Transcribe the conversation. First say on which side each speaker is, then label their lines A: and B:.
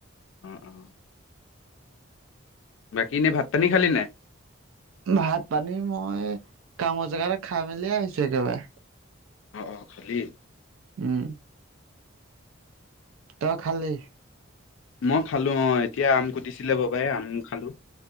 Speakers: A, on the left (about 70°); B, on the right (about 90°).
A: অ অ বাকী এনে ভাত পানী খালি নাই?
B: ভাত পানী মই কামৰ জেগাতে খাই মেলি আহিছো একেবাৰে
A: অ অ খালি
B: উম তই খালি?
A: মই খালো অ এতিয়া আম কুটিছিলে ববাই আমো খালো।